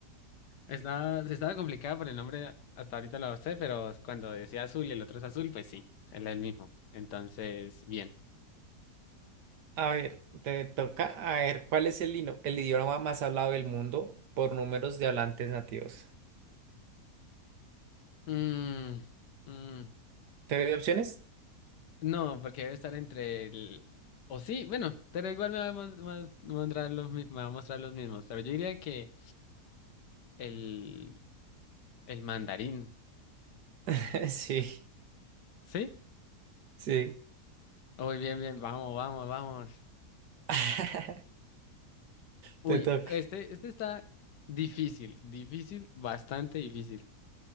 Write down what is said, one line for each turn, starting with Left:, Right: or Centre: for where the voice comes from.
Left: Estaba, estaba complicada por el nombre, hasta ahorita lo sé, pero cuando decía azul y el otro es azul, pues sí, él es el mismo. Entonces, bien.
Right: <laughs> a ver, te toca. A ver, ¿cuál es el, lino- el idioma más hablado del mundo por números de hablantes nativos?
Left: Mm, mm,
Right: ¿Te doy opciones?
Left: no, porque debe estar entre el... O sí, bueno, pero igual me va a mos- mos- mostrar los, mi- me va a mostrar los mismos, pero yo diría que el, el mandarín,
Right: <laughs> Sí,
Left: ¿sí?
Right: sí.
Left: Muy bien, bien, vamos, vamos, vamos.
Right: <laughs>
Left: Uy,
Right: Te toca.
Left: este, este está difícil, difícil, bastante difícil.